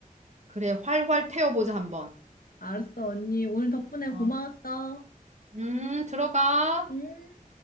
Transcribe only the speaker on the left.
알았어, 언니. 오늘 덕분에 고마웠어.
음.